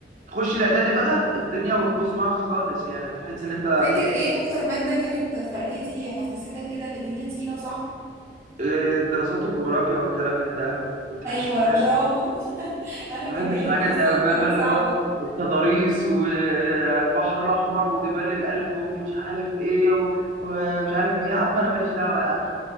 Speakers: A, on the right (about 45°); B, on the right (about 15°).
A: تخش الاعدادي بقى الدنيا بتبوظ معاك خالص يعني تحس ان انت
B: فاكر ايه اكتر ماده كانت في اعدادي حسستك كده ان الدنيا تقيله وصعبه
A: آه، الدراسات والجغرافيا والكلام من ده كنت
B: ايوه
A: وحش معايا
B: برافو <laughs> انا
A: ما
B: كمان
A: بحبش الحاجات
B: الدراسات
A: دي أوي، فاهمة
B: كانت
A: اللي
B: صعبه
A: هو التضاريس والبحر الأحمر وجبال الألب ومش عارف إيه و- ومش عارف إيه يا عم أنا ماليش دعوة يا عم